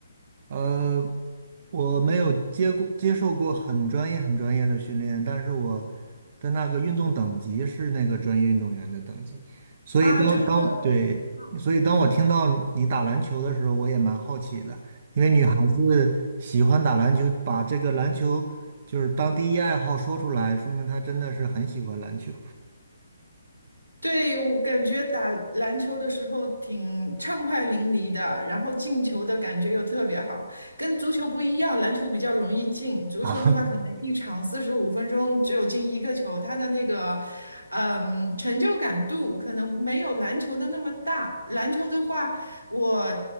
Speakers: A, on the right (about 45°); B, on the right (about 85°).
A: 呃，我没有接过接受过很专业、很专业的训练，但是我的那个运动等级是那个专业运动员的等级，所以当当对，
B: 啊，就是说。嗯
A: 所以当我听到你你打篮球的时候，我也蛮好奇的，因为女孩嗯子喜欢打篮球，把这个篮球就是当第一爱好说出来，说明她真的是很喜欢篮球
B: 对，我感觉打篮球的时候挺畅快淋漓的，然后进球的感觉又特别好，跟足球不一样，篮球比较容易进，足球的话可能一场四十五分钟只有进一个球，
A: <laughs> 啊。
B: 它的那个，嗯，成就感度可能没有篮球的那么大。篮球的话，我